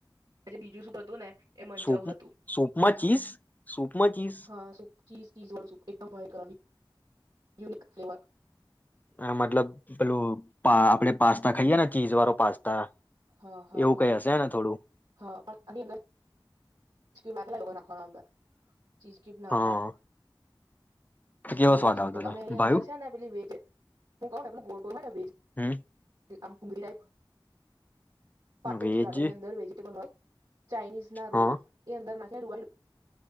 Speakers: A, on the right; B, on the left.
A: જે બીજું સૂપ હતું ને એ મંચાઉ
B: સુપ
A: હતું
B: સુપમાં ચીસ! શૂપમાં ચીસ
A: હા સૂપ ચીઝ, ચીઝ વાળું એકદમ વ્હાઇટ કલરની યુનિક ફ્લેવર
B: અ મતલબ પેલું પા આપણે પાસ્તા ખાઈએ ચીજ વાળો પાસ્તા.
A: હા હા
B: એવું
A: હા,
B: કઈ હશે ને થોડું
A: હા પણ આની અંદર લાગ લ ના <unintelligible> ચીઝકીપ નાખાવા.
B: હા તો કેવો
A: બઉ
B: સ્વાદ
A: સુપર
B: આવતો હતો
A: અને એ
B: ભાયું
A: અંદર છે ને પે વેજ હું ક ને પેલું ગો ગોને વેજ.
B: હમ
A: આમ <unintelligible> પાત્ર
B: વેજ
A: ઉઘાટન ની અંદર વેજીિટેબલ હોય. ચાઇનીઝ ના રોલ,
B: હા
A: એ અંદર નાખ ર